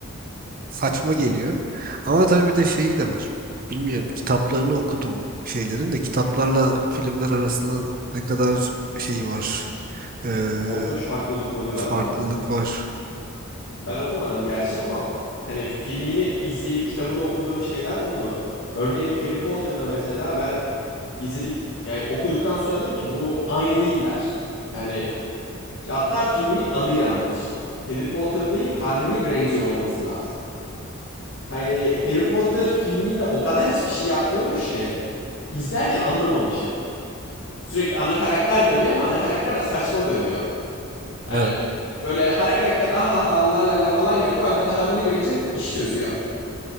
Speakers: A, on the right; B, on the left.
A: saçma geliyor. Ama tabii bir de şeyi de var. Bilmiyorum kitaplarını okudum bu şeylerin de kitaplarla filmler arasında ne kadar şeyi var. Ee,
B: Korkunç farklılık oluyor
A: farklılık
B: aralarında.
A: var.
B: Ben okumadım gerçi ama hani filmini izleyip kitabını okuduğum şeyler oldu. Örneğin Harry Potter'da mesela ben izledik yani okuduktan sonra dedim ki bu aynı değiller. Yani Hatta filmin adı yanlış. Harry Potter değil Harmony Granger olması lazım. Hani Harry Potter filminde o kadar hiçbir şey yapmıyormuş ki. izlerken anlamamışım. Sürekli ana karakter dönüyor ama ana karakter de saçma dönüyor. Hani
A: Evet.
B: böyle hara karakter ahaha la la la falan yapıyor. Arkada Harmony Granger işi çözüyor.